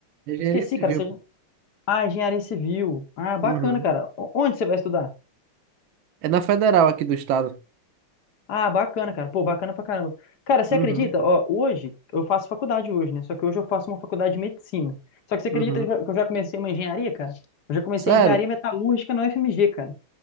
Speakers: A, on the right (about 70°); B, on the left (about 55°).
A: Engenharia
B: Esqueci,
A: civil.
B: cara, você... já- Ah, engenharia civil. Ah, bacana,
A: Uhum.
B: cara. O- Onde você vai estudar?
A: É na federal aqui do estado.
B: Ah, bacana, cara. Pô, bacana pra caramba. Cara, você
A: Uhum.
B: acredita? Ó, hoje, eu faço faculdade hoje, né? Só que hoje eu faço uma faculdade de medicina. Só que você acredita
A: Uhum.
B: que eu já comecei uma engenharia, cara? Eu já comecei
A: Sério?
B: engenharia metalúrgica na UFMG, cara.